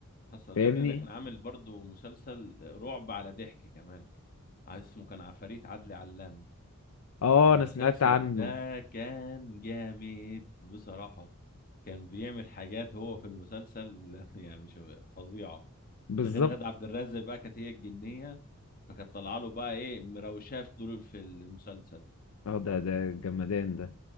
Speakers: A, on the left; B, on the left.
A: حصل
B: فاهمني
A: يا ابني ده كان عامل برضو مسلسل رعب على ضحك كمان عايز اسمه كان عفاريت عدلي علام
B: اه
A: المسلسل
B: انا سمعت عنه
A: ده كان جامد بصراحة كان بيعمل حاجات هو في المسلسل <laughs> يعني مش فظيعة
B: بالظبط
A: ده غير غادة عبد الرازق بقى كانت هي الجنية فكانت طالعة له بقى ايه مروشاه في دور في المسلسل
B: اه ده ده جمدان ده